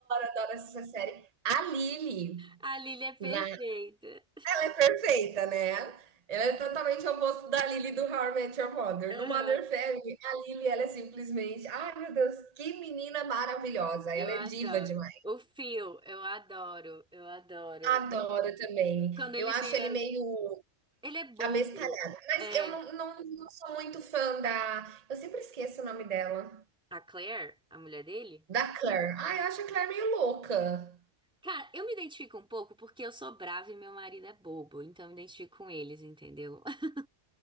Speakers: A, on the right (about 40°); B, in the centre.
A: adoro essa série. A Lily,
B: A Lily é perfeita.
A: na- ela é perfeita, né? Ela é totalmente o oposto da Lily do How I Met Your Mother.
B: Aham.
A: No Mother Family, a Lily, ela é simplesmente, ai meu Deus, que menina maravilhosa.
B: Eu
A: Ela
B: adoro.
A: é diva demais.
B: O Phil, eu adoro, eu adoro.
A: Adoro também.
B: Quando ele
A: Eu acho
B: chega,
A: ele meio
B: ele é bobo.
A: Abestalhada. Mas
B: É,
A: eu não não não sou muito fã da eu sempre esqueço o nome dela.
B: a Claire, a mulher dele.
A: Da Claire. Ah, eu acho a Claire meio louca.
B: Cara, eu me identifico um pouco porque eu sou brava e meu marido é bobo, então eu me identifico com eles, entendeu? <laughs>